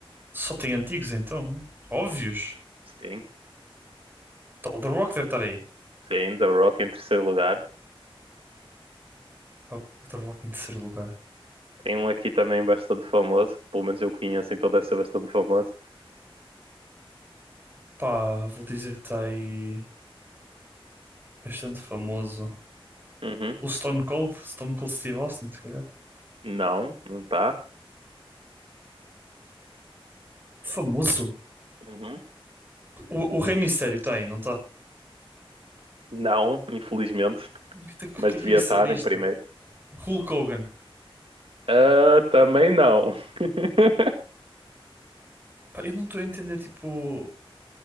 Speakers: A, on the right; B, on the right.
A: Só tem antigos então. Óbvios.
B: Sim,
A: Tá, O The Rock deve estar aí.
B: sim, The Rock em terceiro lugar.
A: Pá, O The Rock em terceiro lugar.
B: Tem um aqui também bastante famoso, que pelo menos eu conheço, então deve ser bastante famoso.
A: Pá, vou dizer que está aí bastante famoso.
B: Uhum.
A: O Stone Cold, Stone Cold Steve Austin, se calhar.
B: Não, não está.
A: Famoso?
B: Uhum.
A: O, o Rei Mistério está aí, não está?
B: Não, infelizmente,
A: O que, é que
B: mas
A: o que é
B: devia
A: que é essa
B: estar
A: lista?
B: em primeiro.
A: O Hulk Hogan.
B: Ah, também não. <laughs>
A: Pá, eu não estou a entender, tipo,